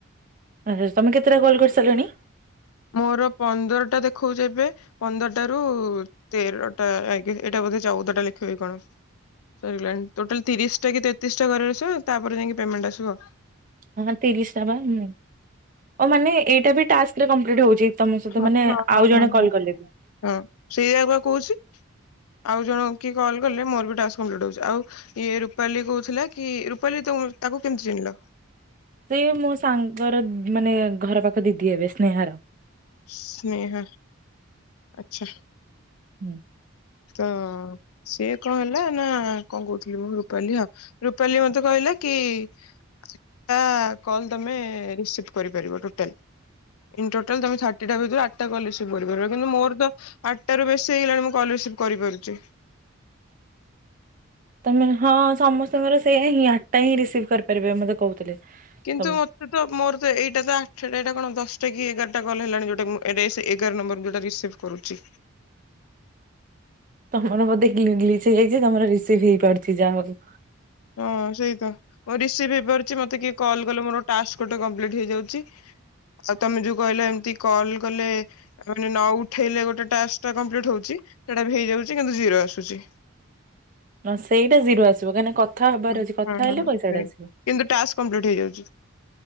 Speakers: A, on the right (about 40°); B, on the left (about 90°).
A: ଆଚ୍ଛା ଆ ତମେ କେତେଟା କଲ୍ କରିସାରିଲଣି?
B: ମୋର ପନ୍ଦରଟା ଦେଖଉଚି ଏବେ। ପନ୍ଦରଟାରୁ ତେରଟା ଆଜ୍ଞେ ଏଇଟା ବୋଧେ ଚଉଦଟା ଲେଖିବ କି କଣ? ସରିଗଲାଣି, ଟୋଟାଲ୍ ତିରିଶଟା କି ତେତିଶଟା <unintelligible> ତାପରେ ଯାଇକି ପେମେଣ୍ଟ ଆସିବ।
A: ହଁ ହଁ ତିରିଶଟା ବା ‌ଉମ୍ ଓ ମାନେ ଏଇଟା ବି ଟାସ୍କରେ କଂପ୍ଲିଟ୍ ହଉଚି। ତମ ସହିତ
B: ହଁ
A: ମାନେ
B: ହଁ ହଁ
A: ଆଉ
B: ହଁ
A: ଜଣେ କଲ୍
B: ହଁ।
A: କଲେ ବି।
B: ହଁ ସେଇଆ ବା କହୁଚି, ଆଉ ଜଣେ କିଏ କଲ୍ କଲେ ମୋର୍ ବି ଟାସ୍କ କମ୍ପ୍ଲିଟ୍ ହଉଛି, ଆଉ ଇଏ ରୁପାଲି କହୁଥିଲା କି ରୁପାଲି ତୁମେ ତାକୁ କେମିତି ଚିହ୍ନିଲ?
A: ସିଏ ମୋ ସାଙ୍ଗର ମାନେ ଘର ପାଖ ଦିଦି ହେବେ ସ୍ନେହାର।
B: ସ୍ନେହା, ଆଚ୍ଛା।
A: ହୁଁ <inaudible>
B: ତ ସିଏ କଣ ହେଲା, ନା କ'ଣ କହୁଥିଲି ମୁଁ ରୂପାଲି ରୂପାଲି ମତେ କହିଲା କି ସେଟା କଲ୍ ତମେ ରିସିପ୍ଟ୍ କରି ପାରିବ ଟୋଟା ଟୋଟାଲ୍ ତମେ ଥାର୍ଟି ଟା ଭିତରୁ ଆଟ୍ ଟା କଲ୍ ରିସିଭ୍ କରି ପାରିବ। କିନ୍ତୁ ମୋର ତ ଆଟ୍ଟାରା ରୁ ବେଶୀ ହେଇ ଗଲାଣି, ମୁଁ କଲ୍ ରିସିପ୍ କରି ପାରୁଚି।
A: ତମେ ହଁ ସମସ୍ତଙ୍କର ସେୟା ହିଁ ଆଟ୍ଟା ହିଁ ରିସିବ୍‌ କରି ପାରିବେ ମତେ କହୁଥିଲେ।
B: କିନ୍ତୁ
A: ସବୁ।
B: ମୋର ତ ଏଇଟା ତ ଆ--ଟା ଏଟା କ'ଣ ଦଶଟା କି ଏଗାର୍ ଟା କଲ୍ ହେଲାଣି, ଯଉଟା ଏଗାର୍ ନମ୍ବର୍ ଯଉଟା ରିସିଭ୍ କରୁଚି।
A: ତମର ବଧେ ଗ୍ଲି ଗ୍ଲିଚ୍ ହେଇଯାଇଚି ଯେ, ତମର ରିସିବ୍ ହେଇ ପାରୁଚି ଯାହା ହଉ।
B: ହଁ ସେଇତ ରିସିବ୍ ହେଇ ପାରୁଚି, ମତେ କିଏ କଲ୍ କଲେ ମୋର ଟାସ୍‌ ଗୋଟେ କମ୍ପ୍ଳିଟ୍ ହେଇ ଯାଉଚି। ଆଉ ତମେ ଯଉ କଇଲ, ଏମ୍ତି କଲ୍ କଲେ ମା ନଉଠେଇଲେ ଗୋଟେ ଟାସ୍‌ଟା କମ୍ପ୍ଲିଟ୍ ହଉଚି, ସେଟା ବି ହେଇ ଯାଉଚି କିନ୍ତୁ ଜିରୋ ଆସୁଚି।
A: ସେଇଟା ଜିରୋ ଆସିବ, କାହିଁ--ନା କଥା ହବାର
B: ହୁଁ
A: ଅଛି କଥା
B: ହଁ ହଁ
A: ହେଲେ ପଇସାଟା
B: ସେଇ
A: ଆସିବ।
B: କିନ୍ତୁ ଟାସ୍‌ କମ୍ପ୍ଲିଟ୍ ହେଇ ଯାଉଚି।